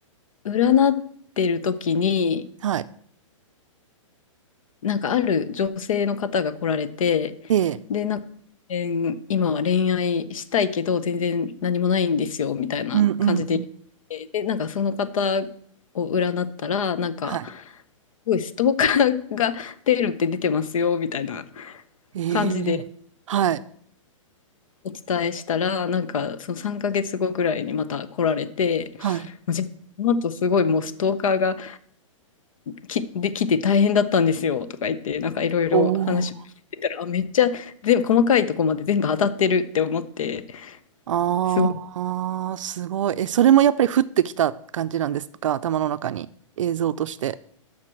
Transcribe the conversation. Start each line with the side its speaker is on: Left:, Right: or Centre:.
Left: 占ってる時に、
Right: はい。
Left: なんかある女性の方が来られて、
Right: ええ。
Left: で、なんか、えー今は恋愛したいけど、全然何もないんですよ、みたいな感じで、
Right: うんうんうん。
Left: で、なんかその方を占ったら、なんか、
Right: はい。
Left: すごいストーカーが出るって出てますよ、みたいな
Right: え
Left: 感じで
Right: え。はい。
Left: お伝えしたら、なんかその3ヶ月後ぐらいにまた来られて、
Right: はい。
Left: もう実この後すごいもうストーカーがきできて大変だったんですよとか言って、なんかいろいろ話を聞いてたら、
Right: おお。
Left: あ、めっちゃ全部細かいとこまで全部当たってるって思って、
Right: ああ、
Left: すごい、
Right: すごい。え、それもやっぱり降ってきた感じなんですか頭の中に。映像として。